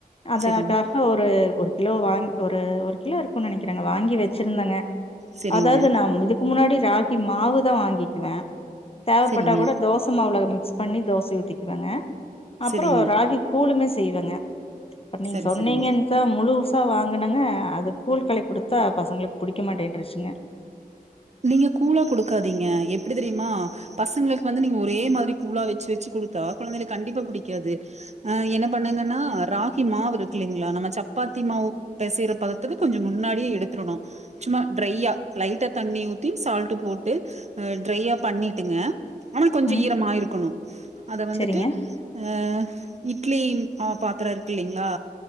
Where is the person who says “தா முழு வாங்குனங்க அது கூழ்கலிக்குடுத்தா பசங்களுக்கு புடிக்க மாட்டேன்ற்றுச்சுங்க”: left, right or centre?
Left